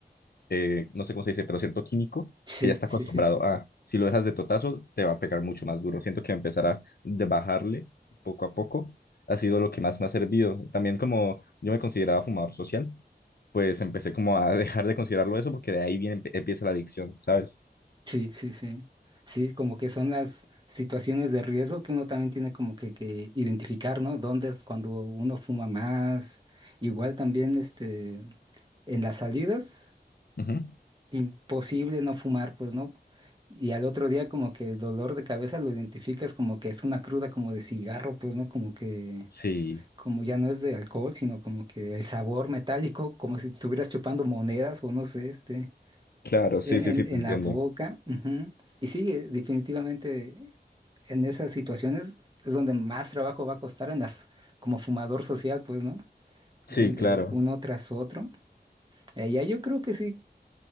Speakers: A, on the left; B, on the right.
A: eh, no sé cómo se dice, pero cierto químico
B: Sí,
A: que ya está
B: sí,
A: acostumbrado
B: sí.
A: a, si lo dejas de totazo, te va a pegar mucho más duro. Siento que empezar a de bajarle poco a poco ha sido lo que más me ha servido. También como yo me consideraba fumador social, pues empecé como a <laughs> dejar de considerarlo eso porque de ahí viene, empieza la adicción, ¿sabes?
B: Sí, sí, sí. Sí, como que son las situaciones de riesgo que uno también tiene como que, que identificar, ¿no? ¿Dónde es cuando uno fuma más? Igual también, este, en las salidas,
A: Ujú.
B: imposible no fumar, pues, ¿no? Y al otro día como que el dolor de cabeza lo identificas como que es una cruda como de cigarro, pues, ¿no? Como que,
A: Sí,
B: como ya no es de alcohol, sino como que el sabor metálico, como si estuvieras chupando monedas o no sé, este.
A: claro, sí,
B: En,
A: sí,
B: en-
A: sí,
B: en
A: te entiendo.
B: la boca. ujú. Y sí, eh, definitivamente en esas situaciones es donde más trabajo va a costar en las, como fumador social, pues, ¿no?
A: Sí,
B: Donde
A: claro,
B: uno tras otro. Eh, ya yo creo que sí,